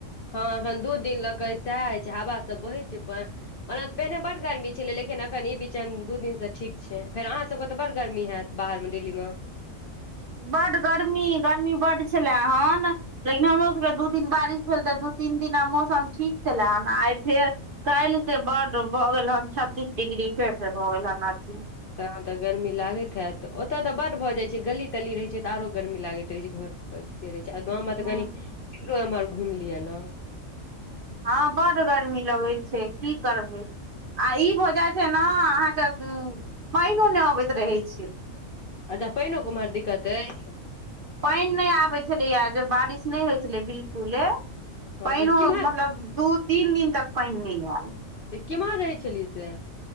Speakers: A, on the left; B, on the right.
A: हँ एखन दू दिन लऽक सेहा होइ छै हवा सब बहै छै पर ओना तऽ पहिने बड़ गर्मी छले लेकिन अखन ई बीचे दू दिन से ठीक छै फेर अहाँ सबके तऽ बड़ गर्मी हैत बाहरम डिल्ली म
B: बड गर्मी गर्मी बड छलै हन लेकिन हमरो सभके दू दिन बारिश भेल तऽ दू तीन दिना मौसम ठीक छलै हन आइ फेर काइल से बड भऽ गेल हन छत्तीस डिग्री फेर से भऽ गेल हन अथी
A: तहन तऽ गर्मी लागैत हैत ओतय तऽ बड़ भऽ जाइत छै गली तली रहैत छै तऽ आरो गर्मी लागैत रहै छै घर <unintelligible> से रहै छै गाँव मे
B: हँ
A: तऽ कनि इम्हरो आमहर घुइम लिय न
B: हँ बड गर्मी लगै छै की करबै आ ई भऽ जाइ छै न अहाँके पाइनो नय अबैत रहैत छै
A: अच्छा पइनो क उमहर दिक्कत ऐछ
B: पैन नइ आबैत छलैया जब बारिश नइ होइ छलै बिलकुले
A: हँ
B: पैनो
A: तऽ केम्हर
B: मतलब दू तीन दिन तक पैन नइ आयल
A: त किमहर रहै छलियै से